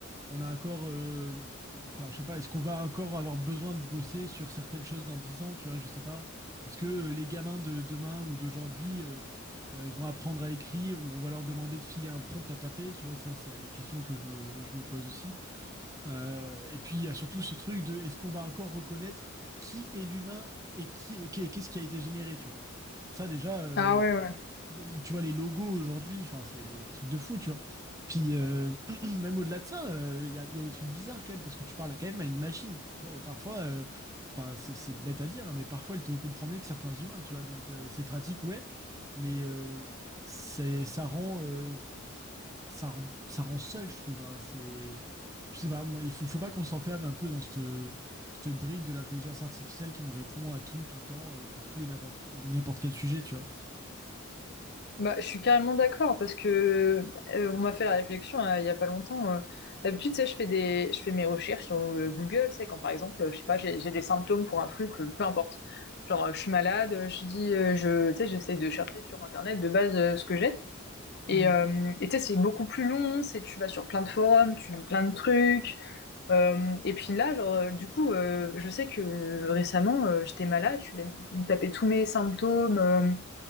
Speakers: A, on the right (about 15°); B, on the left (about 55°).
A: on a encore, euh, enfin, je sais pas, est-ce qu'on va encore avoir besoin de bosser sur certaines choses dans 10 ans, tu vois, je sais pas. Est-ce que euh, les gamins de demain ou d'aujourd'hui euh, euh, vont apprendre à écrire ou on va leur demander de filer un prompt à taper, tu vois, ça, c'est des questions que je me, je me pose aussi. Euh, et puis il y a surtout ce truc de est-ce qu'on va encore reconnaître qui est l'humain et qui et qu'est- qu'est-ce qui a été généré, tu vois. Ça déjà, euh,
B: Ah ouais, ouais.
A: bah, tu vois les logos aujourd'hui, enfin c'est un truc de fou, tu vois. Puis euh, <clears throat> même au-delà de ça, euh, il y a, il y a des trucs bizarres quand même parce que tu parles quand même à une machine, tu vois. Et parfois, euh, enfin c'est c'est bête à dire, hein, mais parfois elle te comprend mieux que certains humains, tu vois. Donc euh, c'est pratique, ouais, mais euh, c'est ça rend euh, ça rend, ça rend seul, je trouve. hein. C'est, je sais pas, moi, il faut, faut pas qu'on s'enferme un peu dans cette, cette brique de l'intelligence artificielle qui nous répond à tout, tout le temps, euh, pour tout et n'importe n'importe quel sujet, tu vois.
B: Bah, je suis carrément d'accord parce que euh, on m'a fait la réflexion euh, il y a pas longtemps. euh. d'habitude, tu sais, je fais des, je fais mes recherches sur euh, Google, c'est quand par exemple, euh, je sais pas, j'ai j'ai des symptômes pour un truc, euh, peu importe. Genre, euh, je suis malade, euh, je dis, euh, je, tu sais, j'essaie de chercher sur Internet de base euh, ce que j'ai. Et
A: Mm.
B: euh, et tu sais, c'est beaucoup plus long, c'est tu vas sur plein de forums, tu lis plein de trucs. Euh, et puis là, genre, euh, du coup, euh, je sais que euh, récemment, euh, j'étais malade, je suis allée me taper tous mes symptômes. euh,